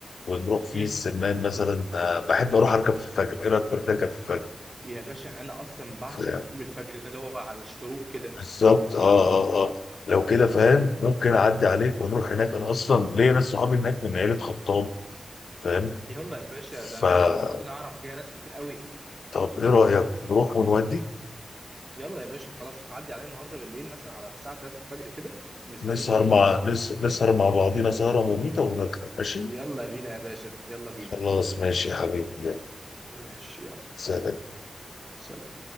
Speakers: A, on the left; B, on the right.
A: ونروح فيه
B: هم.
A: السمان مثلا آه، بحب اروح اركب في الفجر ايه رايك في اركب في الفجر
B: يا باشا انا اصلا بعشق
A: ف-
B: ركوب الفجر ده اللي هو على الشروق كده
A: بالظبط اه اه اه لو كده فاهم ممكن اعدي عليك ونروح هناك انا اصلا ليا ناس صحابي هناك من عيلة خطاب فاهم
B: يلا يا باشا
A: فطب
B: ده انا عيله خطيبتي انا اعرف فيها ناس كتير قوي
A: ايه رأيك نروح ونودي
B: يلا يا باشا خلاص عدي عليا النهارده بالليل مثلا على الساعه 3 الفجر كده ومستنيك
A: نسهر
B: نروح
A: مع
B: مع بعض
A: نس... نسهر مع بعضينا سهرة مميتة ونطلع ماشي
B: يلا بينا يا باشا يلا بينا
A: خلاص ماشي يا حبيبي يلا
B: ماشي يلا
A: سلام
B: سلام